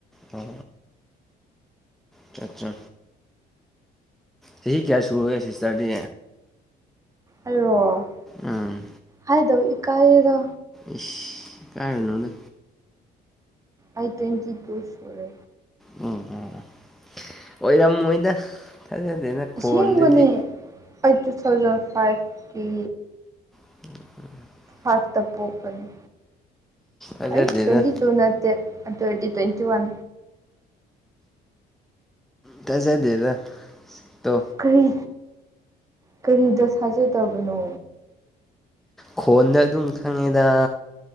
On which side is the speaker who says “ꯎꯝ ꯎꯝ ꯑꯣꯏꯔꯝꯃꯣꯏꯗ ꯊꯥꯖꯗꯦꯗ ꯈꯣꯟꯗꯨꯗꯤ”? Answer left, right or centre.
Centre